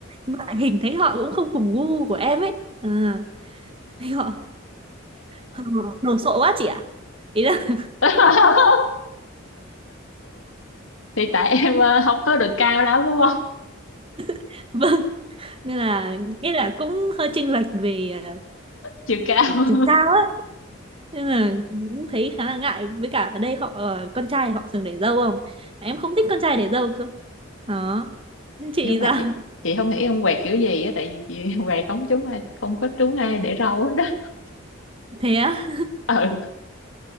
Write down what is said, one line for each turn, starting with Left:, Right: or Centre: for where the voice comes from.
Right: ngoại hình thấy họ cũng không cùng gu của em ấy à, thấy họ, họ đồ sộ quá chị ạ ý là
Left: <laughs> thì tại <laughs> em ờ, không có được cao lắm đúng không
Right: <laughs> vâng nên là nghĩa là cũng hơi chênh lệch về
Left: chiều cao
Right: ờ,
Left: <laughs>
Right: chiều cao á nên là cũng thấy khá là ngại với cả ở đây họ ờ, con trai họ thường để râu không em không thích con trai để râu cơ đó chị
Left: nhưng mà
Right: sao
Left: chị chị không nghĩ ông quẹt kiểu gì á tại vì chị <laughs> quẹt không trúng ai không có trúng ai để râu hết á
Right: <laughs> thế á
Left: <laughs> ừ